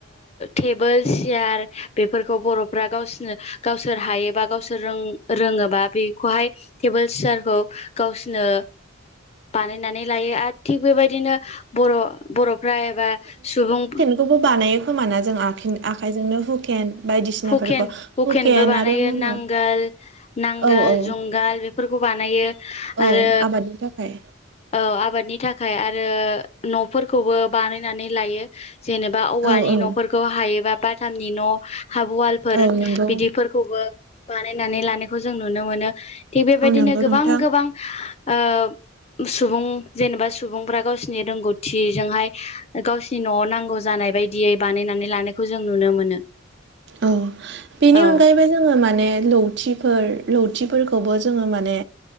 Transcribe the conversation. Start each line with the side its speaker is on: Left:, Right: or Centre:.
Left: टेबोलस। सियार बेफोरखौ बर'फ्रा गावसोरनो गावसोर हायोबा गावसोर रों रोङोबा बेखौहाय टेबोल सियारखौ गावसोरनो। बानायनानै लायो आरो थिग बेबायदिनो बर' बर'फ्रा एबा सुबुं
Right: बेखौबो बानायो खोमाना जों आ आखाइजोंनो हुकेन बायदिसिनाफोरखौ
Left: हुकेन हुकेनबो
Right: हुकेन
Left: बानायो
Right: आरो मा होनो
Left: नांगोल नांगोल
Right: औ औ
Left: जुंगाल बे फोरखौ बानायो
Right: औ
Left: आरो
Right: आबादनि थाखाय
Left: औ आबादनि थाखाय आरो न'फोरखौबो बानायनानै लायो जेनेबा औवानि
Right: औ औ
Left: न'फोरखौ हायोबा बाथामनि न' हावालफोर
Right: औ नंगौ
Left: बिदि खौबो बानायनानै लानायखौ जों नुनो मोनो थिग बेबायदिनो
Right: औ नंगौ
Left: गोबां
Right: नोंथां
Left: गोबां। आ सुबुं जेनेबा सुबुंफ्रा गावसिनि रोंगौथिजोंहाय गाव न'आव नांगौ जानाय बायदियै बानायनानै लानायखौ जों नुनो मोनो
Right: औ बेनि
Left: औ
Right: अनगायैबो जोङो माने लौ लावथि लावथिफोरखौबो जोङो माने